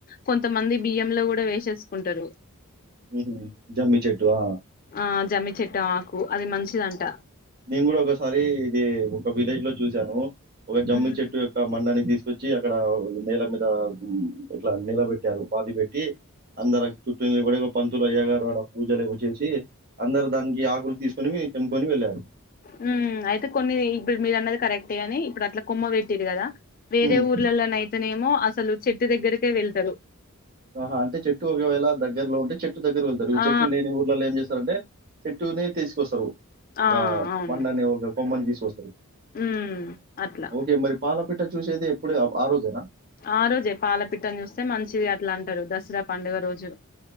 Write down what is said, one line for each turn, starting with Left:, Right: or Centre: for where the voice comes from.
Left: కొంతమంది బియ్యం లో కూడా వేసేసుకుంటరు
Right: ఉమ్మ్ జమ్మీ చెట్టు ఆ
Left: ఆ జమ్మి చెట్టు ఆకు అది మంచిదంట
Right: నేను కూడ ఒకసారి ఇది ఒక విలేజ్ లో చూసాను ఒక జమ్మి
Left: మ్మ్
Right: చెట్టు యొక్క మండనీ తీస్ వచ్చి అక్కడ నేల మీద ఇట్ల నీలబట్టారు పాతి పెట్టి అందర చుట్టూ నిలబడి పంతులు అయ్యాగారుడ పూజలేవో చేసి అందరు దానికి ఆకులు తీసుకుని తెంకోని వెళ్ళారు
Left: హమ్ అయితే కొన్ని ఇప్పుడు మీరు అన్నది కరెక్టే గాని ఇప్పుడు అట్ల కొమ్మ పెట్టిరు కదా వేరే
Right: హ్మ్.
Left: ఊర్లలలో నైతేనేమో ఆస్ అసలు చెట్టు దగ్గరికే వెళ్తరు
Right: ఆహా అంటే చెట్టు ఒకవేళ దగ్గరలో ఉంటే చెట్ చెట్టు దగ్గర వెళ్తారు చెట్లు
Left: ఆ
Right: లేనీ ఊర్లలో ఏం చేస్తారంటె టుదే తీసుకోస్తరు ఒక
Left: ఆ అవును
Right: బండని ఒక కొమ్మని తీసుకొస్తరు
Left: మ్మ్ అట్లా
Right: ఒకే మరి పాలపిట్ట చూసేది ఎప్పుడు? ఆ ఆ రోజేనా?
Left: ఆ రోజే పాలపిట్టన్ చూస్తే మంచిది అట్లాం తరు దసర పండుగ రోజు